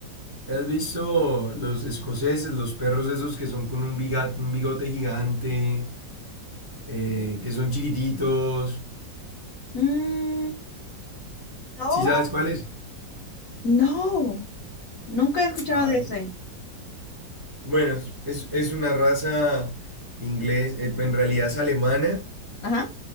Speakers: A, on the right; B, on the left.
A: ¿Has visto los escoceses, los perros esos que son con un, biga- un bigote gigante, eh, que son chiquititos?
B: Mm, No.
A: ¿Sí sabes cuáles?
B: no, nunca he escuchado
A: A
B: de
A: ver.
B: ese.
A: Bueno, es, es- es una raza inglés, eh, en realidad es alemana.
B: Ajá.